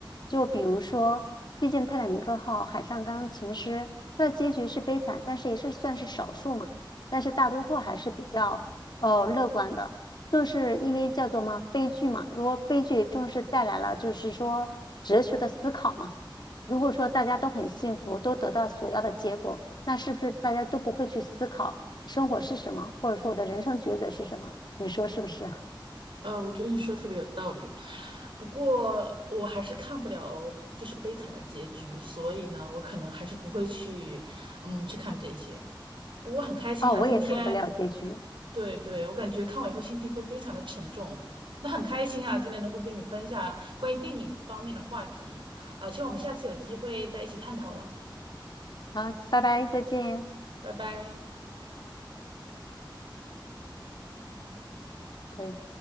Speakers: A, on the left; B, on the right.
A: 就比如说，毕竟《泰坦尼克号》海上钢琴师，它的结局是悲惨，但是也是算是少数嘛。但是大多数还是比较呃乐观的，正是因为叫做嘛悲剧嘛。如果悲剧正是带来了就是说哲学的思考嘛。如果说大家都很幸福，都得到所要的结果，那是不是大家都不会去思考生活是什么，或者说我的人生抉择是什么？你说是不是？
B: 呃，我觉得你说的特别有道理，不过我还是看不了就是悲惨的结局，所以呢，我可能还是不会去，嗯，去看这些。不过很开心啊，
A: <laughs> 哦，我也看不了结局。
B: 今天，对对，我感觉看完以后心情会非常的沉重。那很开心啊，今天能够跟你分享关于电影方面的话题，啊，希望我们下次有机会再一起探讨吧，
A: 好，拜拜，再见。
B: 拜拜。
A: 可以。